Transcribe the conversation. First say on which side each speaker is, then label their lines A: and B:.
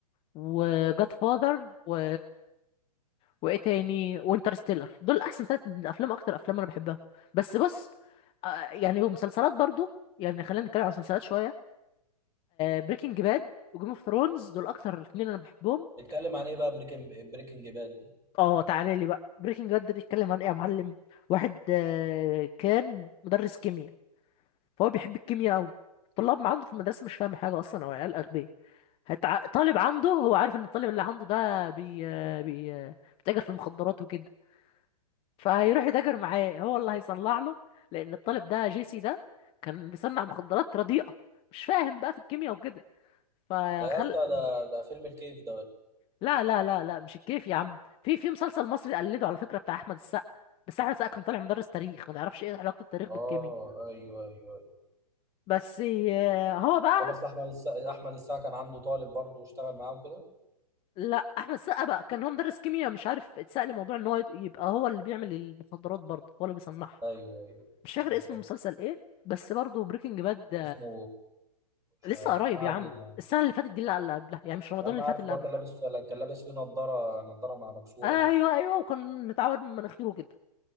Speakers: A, on the left; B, on the right.
A: وجاد فاذر و وايه تاني وانترستيلر دول احسن ثلاث افلام اكتر افلام انا بحبهم بس بص آه، يعني ومسلسلات برضو يعني خلينا نتكلم عن المسلسلات شويه بريكنج باد وجيم اوف ثرونز دول اكتر اتنين انا بحبهم
B: بيتكلم عن ايه بقى بريكنج بريكنج باد ده
A: اه تعالى لي بقى بريكنج باد ده بيتكلم عن ايه يا معلم واحد آه، كان مدرس كيمياء فهو بيحب الكيمياء قوي الطلاب ما عنده في المدرسه مش فاهم حاجه اصلا او عيال اغبياء هتع... طالب عنده هو عارف ان الطالب اللي عنده ده بي... بي... بيتاجر في المخدرات وكده فهيروح يتاجر معاه هو اللي هيصنع له لان الطالب ده جيسي ده كان بيصنع مخدرات رديئه مش فاهم بقى في الكيمياء وكده فخل
B: ده يا اسطى ده ده فيلم الكيف ده
A: لا لا لا لا مش الكيف يا عم في في مسلسل مصري قلده على فكره بتاع احمد السقا بس احمد السقا كان طالع مدرس تاريخ ما نعرفش ايه علاقه التاريخ بالكيمياء
B: اه ايوه ايوه
A: بس آه، هو بقى
B: لا بس احمد السقا احمد السقا كان عنده طالب برضه واشتغل معاه وكده
A: لا احمد السقا بقى كان هو مدرس كيمياء مش عارف اتسأل موضوع ان هو يد- يبقى هو اللي بيعمل المخدرات برضه هو اللي بيصنعها
B: ايوه ايوه
A: مش فاكر
B: بالظبط
A: اسم المسلسل ايه بس برضه بريكنج باد
B: اسمه مش
A: لسه
B: عارف
A: قريب
B: ما
A: يا
B: علينا
A: عم
B: يعني.
A: السنه اللي فاتت دي اللي اللي قبلها يعني مش رمضان
B: يا عم
A: اللي
B: عارف
A: فات اللي
B: اللي
A: قبله
B: هو كان لابس فيه كان لابس فيه نضاره نضاره مع مكسوره
A: ايوه
B: دي
A: ايوه وكان متعور من مناخيره كده